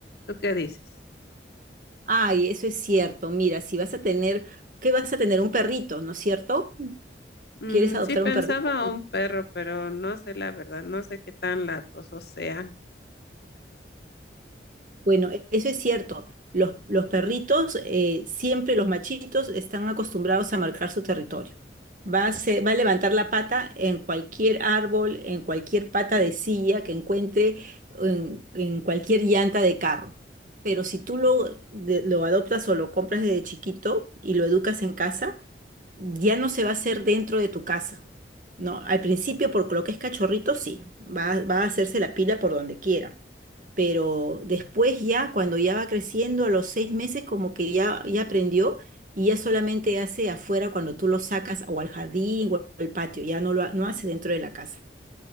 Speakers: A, on the left; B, on the right.
A: ¿Tú qué dices?
B: Ay, eso es cierto. Mira, si vas a tener, ¿qué vas a tener? Un perrito, ¿no es cierto?
A: Mm,
B: ¿Quieres adoptar
A: sí, pensaba
B: un perrito?
A: un perro, pero no sé la verdad, no sé qué tan latosos sean.
B: Bueno, e- eso es cierto. Los, los perritos, eh, siempre los machitos, están acostumbrados a marcar su territorio. Va a, se- va a levantar la pata en cualquier árbol, en cualquier pata de silla que encuentre, en, en cualquier llanta de carro. Pero si tú lo, de- lo adoptas o lo compras desde chiquito y lo educas en casa, ya no se va a hacer dentro de tu casa, ¿no? Al principio, por lo que es cachorrito, sí, va, va a hacerse la pila por donde quiera, pero después ya, cuando ya va creciendo, a los seis meses, como que ya, ya aprendió y ya solamente hace afuera cuando tú lo sacas o al jardín o al patio, ya no lo ha- no hace dentro de la casa.